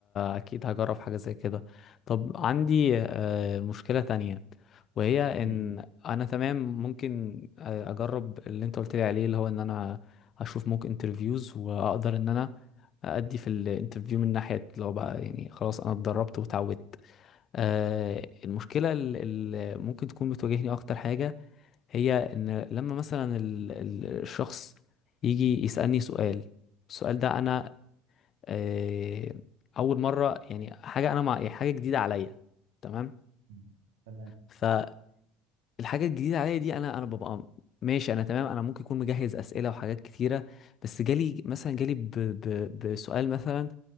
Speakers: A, on the left (about 45°); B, on the right (about 70°).
A: اكيد هجرب حاجه زي كده طب عندي آه، مشكله تانية وهي
B: مم.
A: ان انا تمام ممكن آه، اجرب اللي انت قلت لي عليه اللي هو ان انا اشوف موك انترفيوز واقدر ان انا ادي في الانترفيو من ناحيه اللي هو بقى يعني خلاص انا اتدربت وتعودت آه، المشكله اللي ممكن تكون بتواجهني اكتر حاجه هي ان لما مثلا ال- ال- الشخص يجي يسالني سؤال السؤال ده انا آه، اول مره يعني حاجه انا مع يعني حاجه جديده عليا تمام
B: مم. تمام
A: فالحاجه الجديده عليا دي انا انا ببقى ماشي انا تمام انا ممكن اكون مجهز اسئله وحاجات كتيره بس جالي مثلا جالي ب... ب... بسؤال مثلا